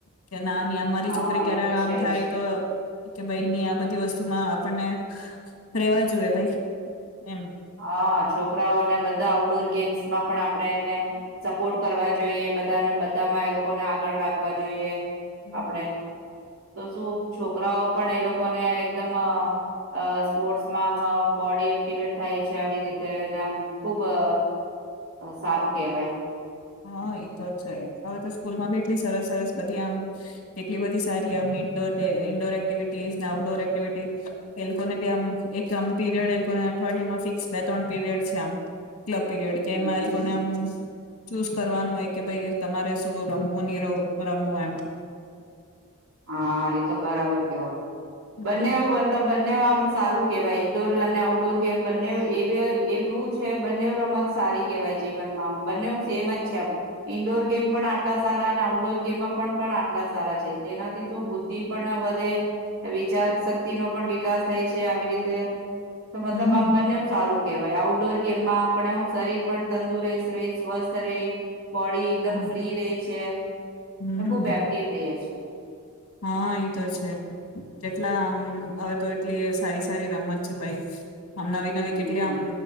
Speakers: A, on the left; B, on the right.
A: કે નાની અમારી
B: હા
A: છોકરી ક્યારે
B: એ તો
A: આમ
B: છે
A: થાય
B: જ
A: તો કે, ભાઈ, ની આ બધી વસ્ત સ્તુમાં આપણને રેવા જોઈએ, ભાઈ. એમ
B: હા, છોકરાઓને બધા આઉટડોર ગેમ્સ માં પણ આપણે એને સપોર્ટ કરવા જોઈએ, બધાને બધામાં એ લોકોને આગળ રાખવા જોઈએ.
A: હમ્મ.
B: આપડે તો શું છોકરાઓ પણ એ લોકોને એકદમ અ સ્પોર્ટ્સમાં બોડી એક્ટિવેટ થાય છે, આવી રીતે નામ ખુબ અ સારું કહેવાય.
A: હા, એતો જ છે. હવે તો સ્કૂલમાં બી એટલી સરસ સરસ બધી આમ કેટલી બધી સારી આમ ઇન્ડોર ઈનડોર એક્ટિવિટીઝ ને આઉટડોર એક્ટિવિટી એ લોકોને બી આમ એક આમ પીરિયડ એ લોકો અઠવાડિયામાં ફિક્સ બે ત્રણ પીરિયડ છે, આમ ક્લબ પીરિયડ કે
B: હમ
A: એમાં એ લોકોને આમ ચૂઝ કરવાનું હોય કે, ભાઈ, તમારે શું રમવું નહી રમવું એમ.
B: હા, એ તો બરાબર કવો.
A: હમ
B: બનેવ બલા બન્નેવ આમ સારું કેવાય, ઈન્ડોર અને આઉટડોર ગેમ બંને એ વ એવું છે, બંને રમત સારી કહેવાય. જીવન માં બંને સેમ જ. છેમ ઈન્ડોર ગેમ પણ આટલા સારા અને આઉટડોર ગેમ પણ આટલા સારા છે. તેનાથી શું બુદ્ધિ પણ વધે. વિચાર શક્તિ નો પણ વિકાસ થાય છે, આવી રીતે. તો મતલબ
A: હમ
B: આમ બંને સારું. કહેવાય, આઉટડોર ગેમમાં આપણે હું શરીર પણ તંદુરસ્ત રહે સ્વસ્થ રહે. બોડી એકદમ
A: હા
B: ફ્રી રહી છે
A: હમ
B: ને, ખુબ એક્ટિવ રહી છે.
A: હા એઈ તો છે જેટલા આમ હવે તો એટલી સારી સારી રમત છે ભાઈ. આમ નવી નવી
B: હમ
A: કેટલી આમ